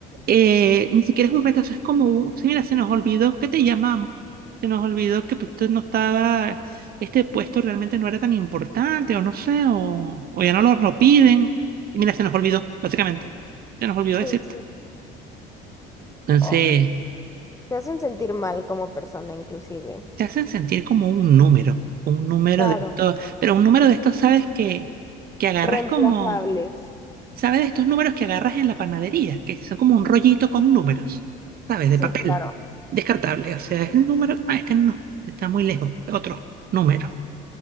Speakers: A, on the right; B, on the left.
A: Eh, ni siquiera es un rechazo, es como un, sí, mira, se nos olvidó que te llamamos, se nos olvidó que pues, tú no estaba, este puesto realmente no era tan importante, o no sé, o, o ya no nos lo piden, y mira, se nos olvidó, básicamente, se nos olvidó
B: Sí,
A: decirte.
B: sí.
A: Entonces,
B: Oh, te hacen sentir mal como persona, inclusive.
A: te hacen sentir como un número, un número
B: Claro,
A: de esto, pero un número de estos, sabes que, que agarras
B: reemplazables.
A: como ¿Sabes de estos números que agarras en la panadería? Que son como un rollito con números, ¿sabes? De
B: Sí,
A: papel,
B: claro.
A: descartable. O sea, es el número, ah, este no, este está muy lejos, otro número.